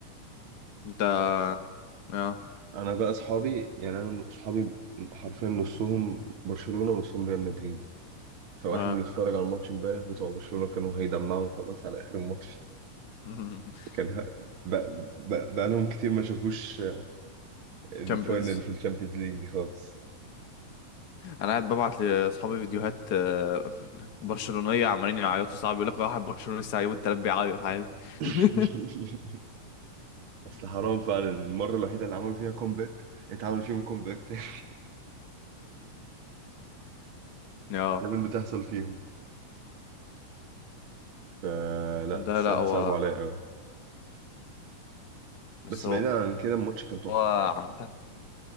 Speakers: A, on the left (about 85°); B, on the right (about 60°).
A: انت اه
B: فانا بقى اصحابي يعني انا اصحابي حرفيا نصهم برشلونه ونصهم ريال مدريد فاحنا
A: اه
B: بنتفرج على الماتش امبارح بتوع برشلونه كانوا هيدمعوا خلاص على اخر الماتش
A: <laughs>
B: كان ه- بقى, بقى, بقى لهم كتير ما شافوش الفاينل
A: تشامبيونز
B: في الشامبيونز ليج دي خالص
A: انا قاعد ببعت لاصحابي فيديوهات آه، برشلونيه عمالين يعيطوا صعب يقول لك واحد برشلوني لسه يوم التلات بيعيط عادي <laughs>
B: <laughs> اصل حرام فعلا المره الوحيده اللي عملوا فيها كومباك اتعمل فيهم كومباك تاني <laughs>
A: اه
B: دايما بتحصل فيهم فلا
A: ده
B: الصراحه
A: لا هو
B: صعبوا عليا قوي
A: بس
B: بس
A: هو
B: بعيدا عن كده الماتش كان تحفة
A: هو عامة